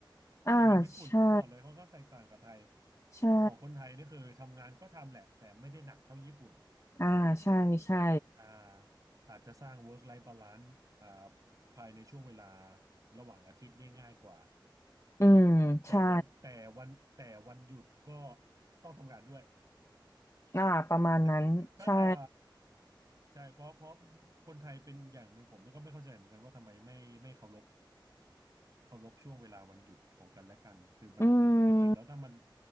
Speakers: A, on the right (about 45°); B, on the left (about 35°).
A: <laughs> ถ้าอย่างนั้นญี่ปุ่นผมบอกเลยค่อนข้างแตกต่างกับไทย
B: อ่าใช่ใช่
A: เพราะของคนไทยนี่คือทำงานก็ทำแหละแต่ไม่ได้หนักเท่าญี่ปุ่น
B: อ่าใช่ใช่
A: อ่าอาจจะสร้าง work life balance อ่าภายในช่วงเวลาระหว่างอาทิตย์ได้ง่ายกว่า
B: อืมใช่
A: แต่วันแต่วันแต่วันหยุดก็ต้องทำงานด้วย
B: อ่าประมาณนั้นใช่
A: <laughs> ถ้าอ่าใช่เพราะเพราะคนไทยเป็นอย่างหนึ่งผมก็ไม่เข้าใจเหมือนกันว่าทำไมไม่ไม่เคารพเคารพช่วงเวลาวันหยุดของกันและกันคือมันจริงๆแล้วถ้ามัน
B: อืม